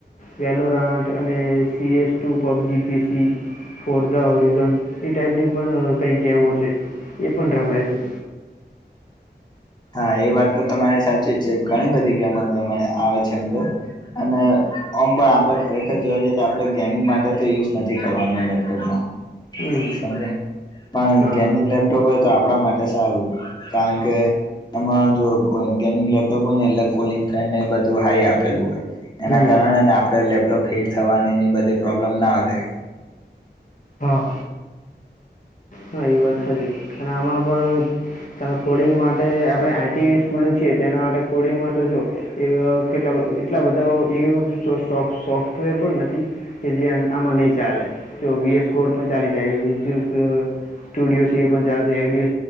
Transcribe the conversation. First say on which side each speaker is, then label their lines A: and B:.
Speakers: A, on the left; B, on the left.
A: વેલોરાટ અને C S two PUBG PC Forza Horizon એ ટાઈપની પણ કંઈક ગેમો છે એ પણ રમાય છે.
B: હા એ વાત તો તમારી સાચી જ છે ઘણી બધી ગેમો આવે છે અંદર. અને ઓમ પણ આપડે ખરેખર જોવા જઈએ તો આપડે ગેમિંગ માટે તો યુઝ નથી કરવાનો લે <unintelligible>
A: હમ
B: સમજયા પણ
A: હા
B: ગેમિંગ
A: હા
B: લેપટોપ હોય તો આપણા માટે સારું કારણ કે એમાં જો ગેમિંગ લેપટોપ હોય ને એટલે કુલિંગ ફેન ને એ બધું હાઈ આપેલું હોય એના
A: હમ
B: કારણે ને આપણેે લેપટોપ હીટ થવાની એની બધી પ્રોબ્લેમ ના વધે.
A: હા હા એ વાત સારી. અને આમાં પણ ત કોડિંગ માટે માટે આપણે આઈટી સ્ટુડન્ટ છીએ તેના માટે કોડિંગ મા તો જો કેટ એટલા બધા સોફ્ટવેર પણ નથી. કે જે આમાં નહી ચાલે જો વીએસ કોડ પણ ચાલી જાય. સ્ટુડિયો છે એ પણ ચાલશે એલડીઓ